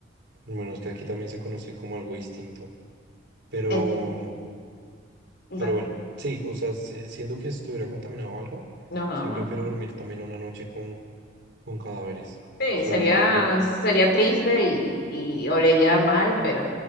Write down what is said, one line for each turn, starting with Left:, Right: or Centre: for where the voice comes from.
Right: bueno, es que aquí también se conoce como algo distinto, pero
Left: El- bueno,
Right: Pero bueno, sí, o sea, si- siendo que estuviera contaminado o algo,
Left: no, no,
Right: sí
Left: no.
Right: prefiero dormir también una noche con, con cadáveres. O
Left: Sí,
Right: sea,
Left: sería,
Right: no creo.
Left: sería triste y, y olería mal, pero